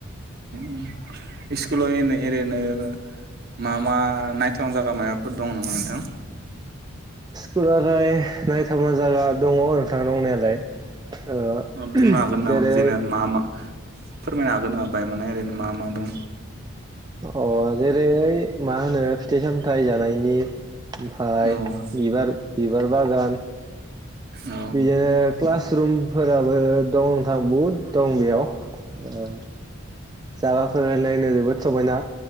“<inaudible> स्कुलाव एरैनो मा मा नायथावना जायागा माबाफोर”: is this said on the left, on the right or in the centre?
Right